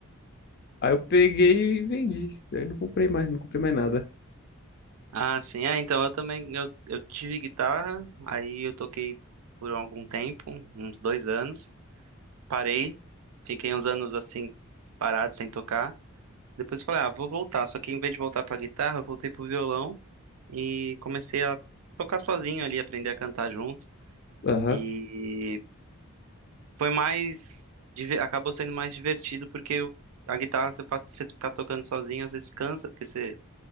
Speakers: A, on the left (about 45°); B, on the right (about 80°).
A: Aí eu peguei e vendi. Aí não comprei mais, não comprei mais nada.
B: Ah, sim, é, então eu também eu, eu tive guitarra, aí eu toquei por algum tempo, uns dois anos. parei, fiquei uns anos assim parado, sem tocar. Depois eu falei, ah, vou voltar. Só que em vez de voltar pra guitarra, eu voltei pro violão e comecei a tocar sozinho ali, aprender a cantar junto.
A: Aham.
B: E foi mais, diver- acabou sendo mais divertido porque eu- a guitarra você, pa- você ficar tocando sozinho às vezes cansa, porque você